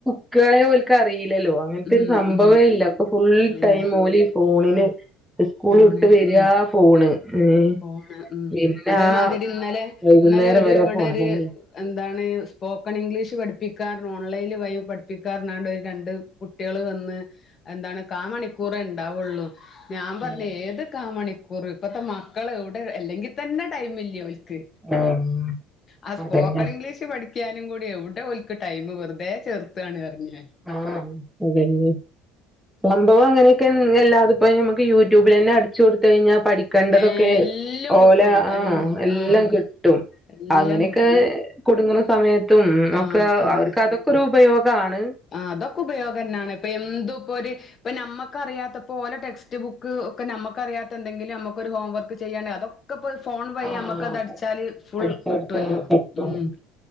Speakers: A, in the centre; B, on the left (about 30°).
A: ക്കാളെ ഓൽക്കറിയിലല്ലോ അങ്ങനത്തെ
B: ഉം
A: ഒരു സംഭവേ
B: ഉം
A: ഇല്ല ഇപ്പൊ ഫുൾ
B: ഇല്ല
A: ടൈം ഓല് ഫോണിന്
B: ആഹ്
A: സ്കൂള്ട്ട്
B: ഫോണിന്
A: വരാ
B: ഉം
A: ഫോണ് ഏഹ്
B: ഫോണ് ഉം
A: പിന്നെ
B: അതേമാതിരി
A: ആ
B: ഇന്നലെ
A: വൈകുന്നേരം
B: ഇന്നലെ ഒരു
A: വരെ
B: ഇവിടൊരു
A: ഫോണ് തന്നെ
B: എന്താണ് സ്പോക്കൺ ഇംഗ്ലീഷ് പഠിപ്പിക്കാനാണ്ട് ഓൺലൈന് വഴി പഠിപ്പിക്കാർന്നറഞാണ്ട് ഒരു രണ്ട് കു കുട്ട്യാള് വന്ന് എന്താണ് കാ മണിക്കൂറ ഇണ്ടാവൊള്ളൂ ഞാൻ പറഞ്ഞ
A: ഉം
B: ഏത് കാ മണിക്കൂറ് ഇപ്പത്തെ മക്കളെവുടെ അല്ലെങ്കി തന്നെ ടൈമില്ലാ ഓൽ ക്ക്
A: ഉം
B: ആ സ്പോക്കണിഗ്ലീഷ്
A: അതന്നെ
B: പഠിക്കാനുംകൂടി എവുടെ ഓൽ ക്ക് ടൈംമ് വെറ്തെ ചേർത്താണ്ന്നറഞ് ഞാന്
A: ആഹ അതെന്നെ സംഭവംങ്ങനെയൊക്കെയെല്ലാത്പ്പ ഞമ്മക് യൂട്യൂബിലെന്നെ അടിച്ചോട്ത്ത് കഴിഞ്ഞാ പഠിക്ക ക്കണ്ടതൊക്കെ
B: ഏ എല്ലും
A: ഓല
B: കിട്ടും
A: ആഹ
B: എൽ
A: എല്ലാം
B: ആഹ്
A: കിട്ടും
B: എല്ലാം
A: അങ്ങനൊക്കെ
B: കിട്ടും
A: കുടുങ്ങണ സമയത്തും ഒക്കെ
B: ആഹ് ആഹ്
A: അവർക്ക് അതൊക്കെ ഒരു ഉപയോഗാണ്
B: ആ അതൊക്കെ ഉപയോഗന്നാണ് ഇപ്പൊ എന്തുംപ്പൊര് ഇപ്പ നമ്മക്കറിയാത്തപ്പോ ഓലെ ടെസ്റ്റ് ബുക്ക് ഒക്കെ നമക്കറിയാത്ത ന്തെങ്കിലും നമ്മക്കൊരു ഹോംവർക്ക് ചെയ്യാണ്ടെങ്കില് അതൊക്കെ ക്കപ്പ ഫോൺ വഴി
A: ആഹ്
B: അമ്മക്കതടിച്ചാല്
A: അതെ
B: ഫുൾ
A: അടിച്ചെടുത്ത്
B: കിട്ടല്ലോ
A: കിട്ടും
B: ഉം